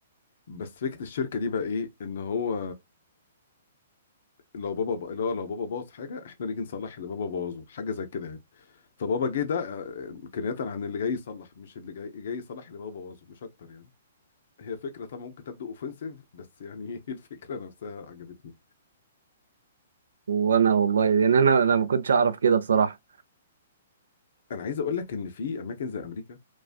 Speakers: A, on the left (about 60°); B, on the right (about 70°).
A: بس فكرة الشركة دي بقى ايه ان هو لو بابا ب... لو لو بابا باظ حاجة احنا نيجي نصلح اللي بابا بوظه حاجة زي كده يعني فبابا جه ده آه، كناية عن اللي جاي يصلح مش اللي جاي جاي يصلح اللي بابا بوظه مش اكتر يعني هي فكرة طبعا ممكن تبدو اوفنسيف بس يعني <laughs> هي الفكرة نفسها عجبتني
B: وانا والله لان انا انا ما كنتش اعرف كده بصراحه
A: انا عايز اقول لك ان في اماكن زي امريكا